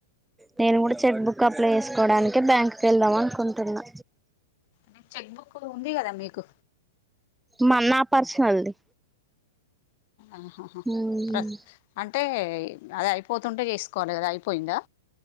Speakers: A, in the centre; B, on the left (about 50°).
A: నేను గుడా చెక్ బుక్ అప్లై చేసుకోవడానికే, బ్యాంక్కు ఎళ్దాం అనుకుంటున్నా.
B: నీక్ చెక్ బుక్ ఉంది కదా మీకు
A: మా నా పర్సనల్ది
B: ఆహాహ
A: ఉమ్
B: ప్రత్ అంటే అది అయిపోతుంటే జేస్కోవాలి గదా, అయిపోయిందా.